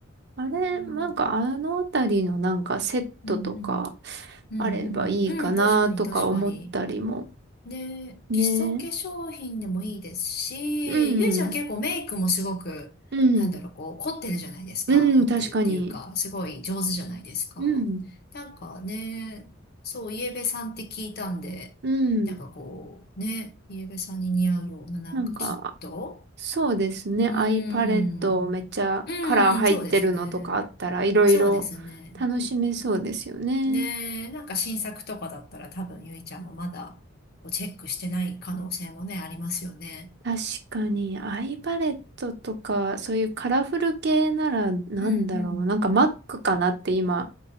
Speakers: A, on the right (about 55°); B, on the left (about 50°).
A: あれ、
B: うん、
A: なんかあのあたりのなんかセットとか
B: うん、うん、うん、
A: あればいいかなとか思ったりも。
B: うん、うん、確かに、確かに。ね、
A: ね。
B: 基礎化粧品でもいいですし、
A: うん。
B: ゆいちゃん結構メイクもすごく、
A: うん。
B: なんだろう、こう、凝ってるじゃないですか。
A: うん、
B: 凝ってるっていうか、
A: 確かに。
B: すごい上手じゃないですか。
A: うん。
B: なんかね、そう、イエベさんって聞いたんで、
A: うん。
B: なんかこう、ね、イエベさんに似合うようななんかキット
A: なんか、そうですね。
B: うーん。
A: アイパレットめっちゃカラー入ってるのとかあったらいろいろ
B: うーん、そうですね。そうですね。
A: 楽しめそうですよね。
B: ねえ、なんか新作とかだったら多分ゆいちゃんもまだこうチェックしてない可能性もね、ありますよね。
A: 確かに、アイパレットとか、そういうカラフル系ならなんだろう。
B: うんうん。
A: なんか Mac かなって今、